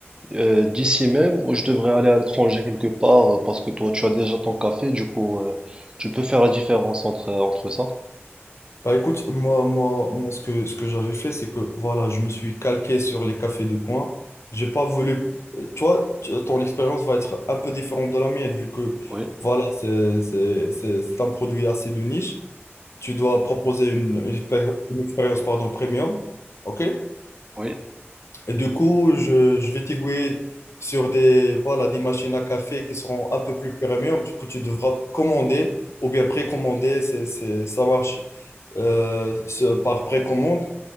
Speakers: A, on the right; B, on the left.
A: euh, d'ici même ou je devrais aller à l'étranger quelque part euh, parce que toi, tu as déjà ton café, du coup, euh, tu peux faire la différence entre, entre ça.
B: Bah écoute, moi, moi, moi ce que, ce que j'avais fait, c'est que voilà, je me suis calqué sur les cafés de coin. J'ai pas voulu. euh, Toi, tu- ton expérience va être un peu différente de la mienne, vu que
A: Oui,
B: voilà, c'est c'est- c'est- c'est un produit assez de niche. Tu dois proposer une, une expé- une expérience pardon, premium. OK?
A: oui,
B: Et du coup, je, je vais t'aiguiller sur des, voilà, des machines à café qui sont un peu plus premium. que tu devras commander ou bien précommander. C'est, c'est, ça marche euh, ce- par précommande.